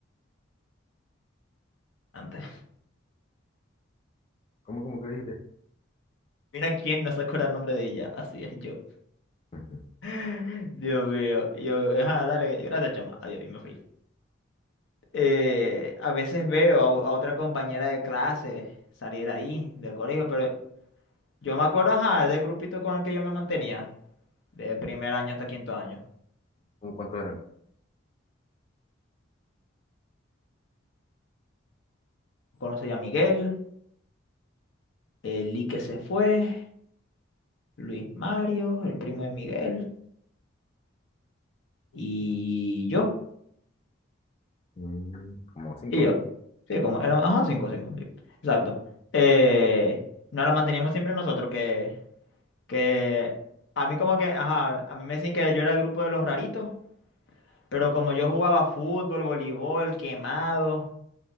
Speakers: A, on the left; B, on the left.
A: antes,
B: ¿cómo, cómo que dijiste?
A: mira quién no se acuerda el nombre de ella. Así es yo.
B: Ujú.
A: <laughs> Dios mío. Y Yo, ajá, dale, gracias, chama. Adiós. Y me fui. Eh, a veces veo a, a otra compañera de clase salir ahí del colegio, pero Yo me acuerdo, ajá, del grupito con el que yo me mantenía, de primer año hasta quinto año.
B: ¿Cómo cuántos eran?
A: Conocí a Miguel, el Lee que se fue, Luis Mario, el primo de Miguel, y yo,
B: Mm, Como cinco.
A: y yo. Sí, como éramos, ajá, cinco, cinco, sí. Exacto. Eh, nos la manteníamos siempre nosotros, que, que a mí como que, ajá, a mí me decían que yo era el grupo de los raritos, pero como yo jugaba fútbol, voleibol, quemado.